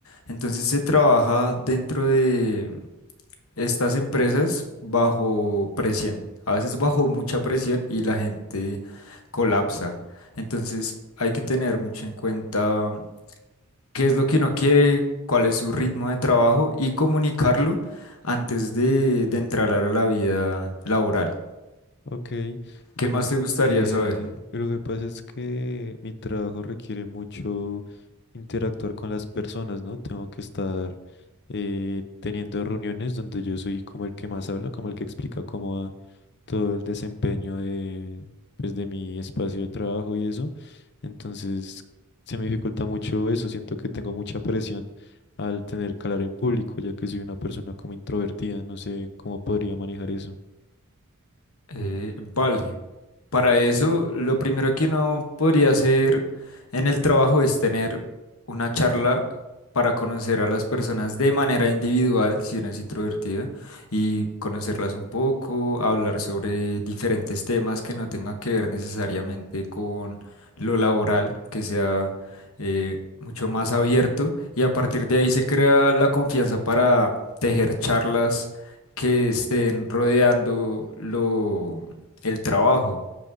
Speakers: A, on the left; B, on the left.
A: Entonces se trabaja dentro de estas empresas bajo presión, a veces bajo mucha presión y la gente colapsa. Entonces hay que tener mucho en cuenta qué es lo que uno quiere, cuál es su ritmo de trabajo y comunicarlo antes de, de entrar a la vida laboral.
B: Ok, bueno,
A: ¿Qué más te gustaría
B: eh,
A: saber?
B: lo que pasa es que mi trabajo requiere mucho interactuar con las personas, ¿no? Tengo que estar eh, teniendo reuniones donde yo soy como el que más habla, como el que explica cómo va todo el desempeño de, pues, de mi espacio de trabajo y eso. Entonces, se me dificulta mucho eso. Siento que tengo mucha presión al tener que hablar en público, ya que soy una persona como introvertida. No sé cómo podría manejar eso.
A: Eh, vale. Para eso, lo primero que uno podría hacer en el trabajo es tener una charla para conocer a las personas de manera individual, si uno es introvertida, y conocerlas un poco, hablar sobre diferentes temas que no tengan que ver necesariamente con lo laboral, que sea eh, mucho más abierto, y a partir de ahí se crea la confianza para tejer charlas que estén rodeando lo, el trabajo.